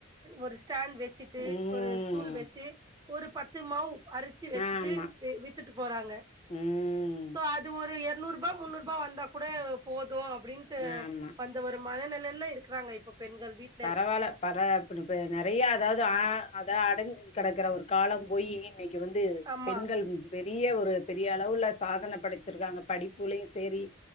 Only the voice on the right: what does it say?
ஒரு ஸ்டாண்ட் வெச்சுட்டு
ஒரு ஸ்டூல் வெச்சி ஒரு பத்து மாவு அரிச்சி வெச்சுட்டு
வித்துட்டு போறாங்க
சோ அது ஒரு எர்நூரூபா முன்னூரூபா வந்தா கூட போதும் அப்டின்ட்டு
வந் து ஒரு மனநெலைல்ல இருக்கறாங்க இப்ப பெண்கள் வீட்
ஆமா